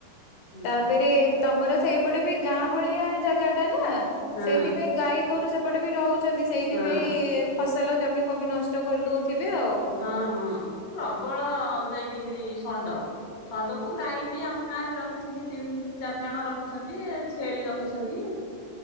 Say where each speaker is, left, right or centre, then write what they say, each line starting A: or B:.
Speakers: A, on the left; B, on the left.
A: ହୁଁ।
B: ତାପେରେ ତମର ସେଇପଟେ ବି ଗାଁ ଭଳିଆ ଜାଗା ଟା ନା
A: ହଁ
B: ସେଇଥିପାଇଁ ଗାଈ ଗୋରୁ ସେପଟେ ବି ରହୁ ଛନ୍ତି ସେଇଥିପାଇଁ
A: ହଁ
B: ଫସଲ ଜମି ଫୋମୀ ନଷ୍ଟ କରିଦଉଥିବେ ଆଉ।
A: ହଁ ହଁ ପ୍ରବଳ ଯାଇକିରି ଷଣ୍ଡ। ଷଣ୍ଡକୁ ଗାଈ ବି ଆମ ଗାଁ ରେ ରଖିଛନ୍ତି ତିନି ଚାରି ଜଣ ରଖିଛନ୍ତି ଛେଳି ରଖିଛନ୍ତି।